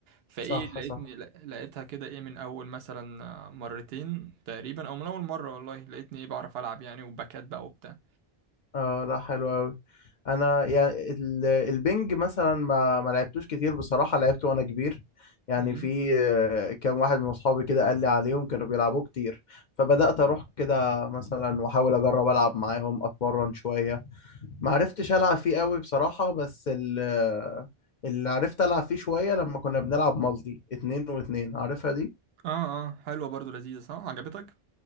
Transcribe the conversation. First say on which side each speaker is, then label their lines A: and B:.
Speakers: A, on the right; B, on the left.
A: فايه
B: صح
A: لقيتني
B: صح
A: لا- لقيتها كده ايه من اول مثلا آه، مرتين تقريبا او من اول مره والله لقيتني ايه بعرف العب يعني وباكات بقى وبتاع
B: اه ده حلو قوي انا يعني ال- البنج مثلا ما ما لعبتوش كتير بصراحه لعبته وانا كبير يعني
A: مم.
B: في آه، كام واحد من اصحابي كده قال لي عليهم كانوا بيلعبوه كتير فبدات اروح كده مثلا واحاول اجرب العب معاهم اتمرن شويه ما عرفتش العب فيه قوي بصراحه بس ال- آه، اللي عرفت العب فيه شويه لما كنا بنلعب مالتي اتنين واتنين عارفها دي
A: اه اه حلوة برضو لذيذة صح عجبتك